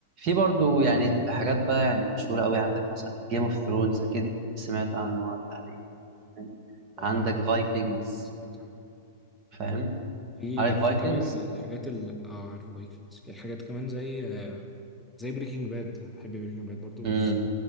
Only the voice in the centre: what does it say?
انا
سمعت عنه
في
في
كمان الحاجات ال اه عارف بايكنجز في حاجات كمان زي زي بريكنج باد احب بريكنج باد برضو
بس